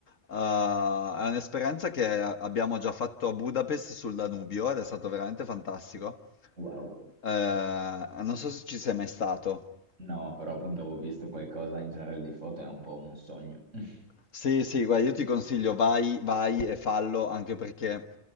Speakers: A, on the left; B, on the right.
A: eh, è un'esperienza che abbiamo già fatto a Budapest sul Danubio ed è stato veramente fantastico.
B: wow.
A: Eh, non so se ci sei mai stato.
B: No, però appunto avevo visto qualcosa in generale di foto, è un po' un sogno. <laughs>
A: Sì, sì, guarda, io ti consiglio, vai, vai e fallo anche perché